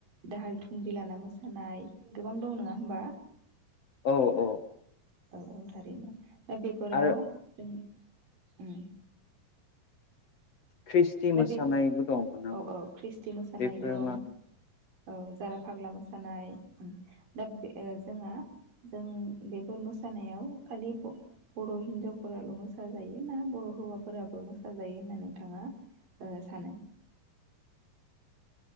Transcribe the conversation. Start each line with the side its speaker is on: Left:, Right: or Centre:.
Right: दाहाल थुंग्रि लाना मोसानाय गोबां दं नङा होमबा?
Left: औ औ।
Right: औ औ थारैनो। दा बेफोराव
Left: आरो
Right: जों उम।
Left: ख्रिस्टि
Right: दा
Left: मोसानायबो
Right: बे औ
Left: दंमोन नामा
Right: औ ख्रिस्टि मोसानाय
Left: बेफोर
Right: दं
Left: मा
Right: औ जारा फाग्ला मोसा सानाय दा बे ओ जोंहा जों बेफोर मोसानायाव खालि ब- बर' हिनजावफोराल' मोसाजायो ना बर' हौवाफोराबो मोसााजायो होनना नोंथाङा ओ सानो।